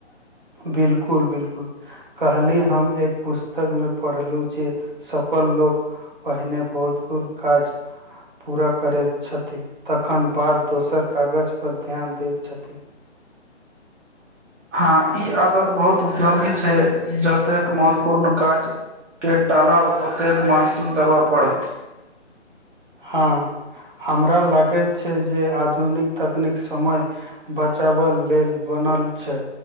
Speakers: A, on the right; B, on the right.
A: बिल्कुल बिल्कुल कहली हम एक पुस्त तक मे पढ़लहु जे सफल लोक पहिने बहुतपूर्ण काज पूरा करैत छथि तखन बाद दोसर कागज पर ध्यान दैत छथि
B: हँ ई आदत बहुत उपयोगी छै जतेक महत्वपूर्ण काज के टालब ओतेक मानसिक दबाव पड़त
A: हँ हमरा लागैत छै जे आधुनिक तकनीक समय बचावय लेल बनल छै